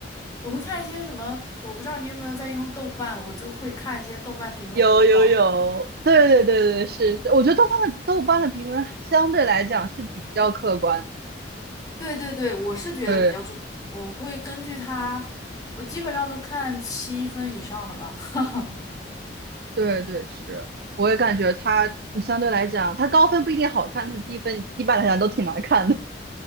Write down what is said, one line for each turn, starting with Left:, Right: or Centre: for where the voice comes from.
Left: 我会看一些什么，我不知道你有没有在用豆瓣，我就会看一些豆瓣评分比较高。
Right: 有有有，对对对对，是是，我觉得豆瓣的豆瓣的评分相对来讲是比较客观的。
Left: 对对对，我是觉得比较重，
Right: 对
Left: 我会根据他，我基本上都看七分以上的吧。<laughs> 哈哈，
Right: 对对，是，我也感觉它相对来讲，它高分不一定好看，但是低分一般来讲都挺难看的。<laughs>